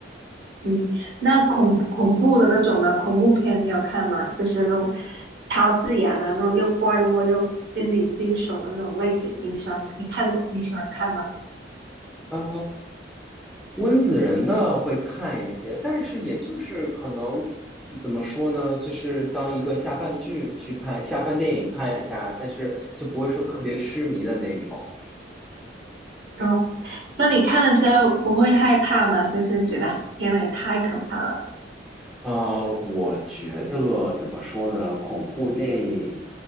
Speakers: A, on the right; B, in the centre.
A: 嗯，那恐恐怖的那种呢？恐怖片你有看吗？就是那种超自然啊，那种又怪物又心理惊悚的那种类型，你喜欢？你看过？你喜欢看吗？
B: 嗯，温子仁的会看一些，但是也就是可能怎么说呢，就是当一个下饭剧去看，下饭电影看一下，但是就不会说特别痴迷的那种。
A: 哦，那你看的时候不会害怕吗？就是觉得天呐，也太可怕了。
B: 呃，我觉得怎么说呢？恐怖电影